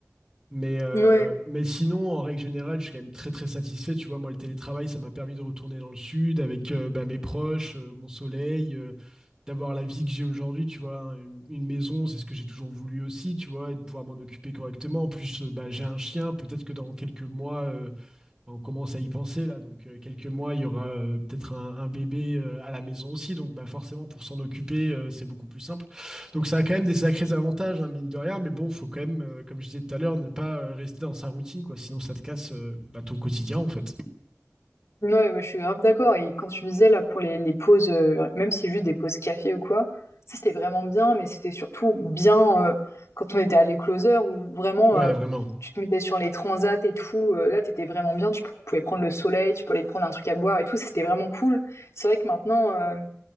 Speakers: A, on the right (about 15°); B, on the left (about 75°).
A: Mais, euh,
B: Ouais,
A: mais sinon, en règle générale, je suis quand même très, très satisfait. Tu vois, moi, le télétravail, ça m'a permis de retourner dans le sud avec euh, bah, mes proches, euh, mon soleil, euh, d'avoir la vie que j'ai aujourd'hui, tu vois, hein, une, une maison, c'est ce que j'ai toujours voulu aussi, tu vois, et de pouvoir m'en occuper correctement. En plus, euh, bah, j'ai un chien, peut-être que dans quelques mois euh, on commence à y penser là. Donc euh, quelques mois, il y aura euh, peut-être un, un bébé euh, à la maison aussi. Donc bah, forcément, pour s'en occuper, euh, c'est beaucoup plus simple. Donc ça a quand même des sacrés avantages, hein, mine de rien. Mais bon, faut quand même, euh, comme je disais tout à l'heure, ne pas euh, rester dans sa routine, quoi. Sinon, ça te casse euh, bah, ton quotidien, en fait.
B: ouais, bah, je suis grave d'accord. Et quand tu disais, là, pour les, les pauses, euh, même si c'est juste des pauses café ou quoi, ça, c'était vraiment bien, mais c'était surtout bien euh, quand on était à l'écloseur, où vraiment,
A: Ouais,
B: euh,
A: vraiment.
B: tu te mettais sur les transats et tout. euh, là, t'étais vraiment bien. Tu pouvais prendre le soleil, tu pouvais aller te prendre un truc à boire et tout. C'était vraiment cool. C'est vrai que maintenant, euh,